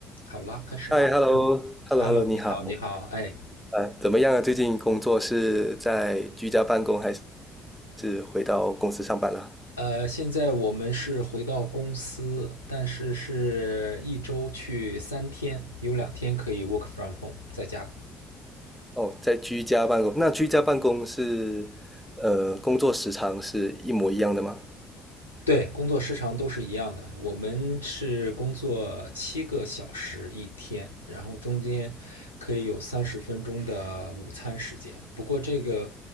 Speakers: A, on the left (about 90°); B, in the centre.
A: 好了，开始吧。
B: 嗨，hello，hello，hello，
A: Hello，
B: 你好。
A: 你好，你好，哎，
B: 啊，怎么样啊？最近工作是在居家办公还是是回到公司上班啦？
A: 呃，现在我们是回到公司，但是是一周去三天，有两天可以 work from home，在家。
B: 哦，在居家办公。那居家办公是，呃，工作时长是一模一样的吗？
A: 对，工作时长都是一样的。我们是工作七个小时一天，然后中间可以有三十分钟的午餐时间。不过这个